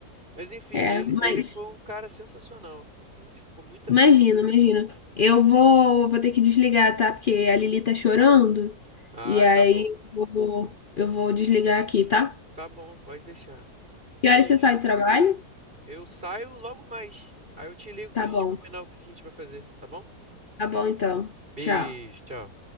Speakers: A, on the right; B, on the left.
A: Mas enfim,
B: é,
A: ele,
B: mas
A: ele foi um cara sensacional. A gente ficou muito
B: imagino,
A: amigo.
B: imagino. Eu vou, vou ter que desligar, tá? Porque a Lili tá chorando.
A: Ah,
B: E aí
A: tá bom.
B: eu vou, eu vou desligar aqui, tá?
A: Tá bom, pode deixar.
B: Que
A: Beijo.
B: horas você sai do trabalho?
A: Eu saio logo mais. Aí eu te ligo
B: Tá
A: pra gente
B: bom.
A: combinar o que que a gente vai fazer, tá bom?
B: Tá bom, então.
A: Beijo,
B: Tchau.
A: tchau.